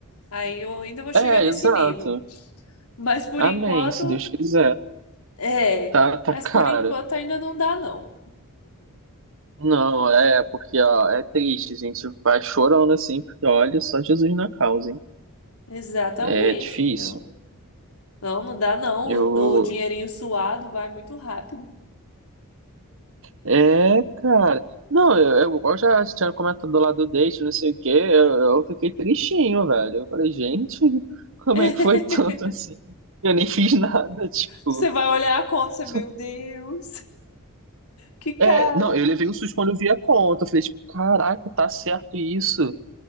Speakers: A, on the left; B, on the right.
A: Aí eu ainda vou chegar
B: É,
A: nesse
B: exato.
A: nível. Mas por
B: Amém,
A: enquanto,
B: se Deus quiser.
A: é.
B: Tá, tá
A: Mas
B: cara.
A: por enquanto ainda não dá, não.
B: Não, é, porque, ó, é triste, a gente vai chorando assim, porque olha só Jesus na causa, hein?
A: Exatamente,
B: É difícil.
A: não. Não, não dá, não.
B: Eu,
A: O, o dinheirinho suado vai muito rápido.
B: É, cara. Não, eu, eu, igual já tinha comentado lá do date, não sei o quê, eu, eu fiquei tristinho, velho. Eu falei, gente, <laughs> como
A: <laughs>
B: é que foi tanto assim? Eu nem fiz nada, tipo.
A: Você vai olhar a conta, você,
B: só-
A: meu Deus, que
B: É,
A: caro.
B: não, eu levei um susto quando eu vi a conta. Eu falei, tipo, caraca, tá certo isso.